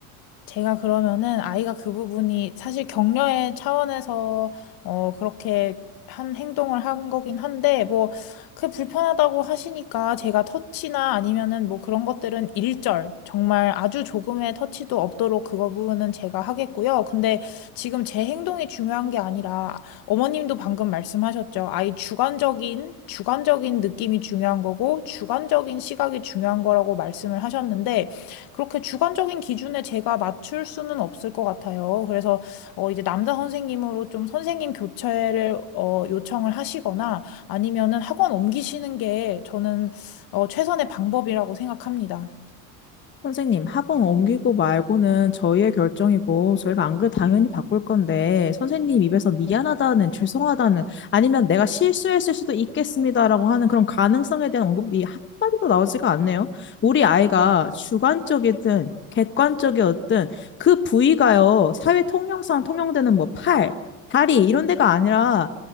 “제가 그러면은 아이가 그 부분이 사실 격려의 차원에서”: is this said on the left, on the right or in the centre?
Left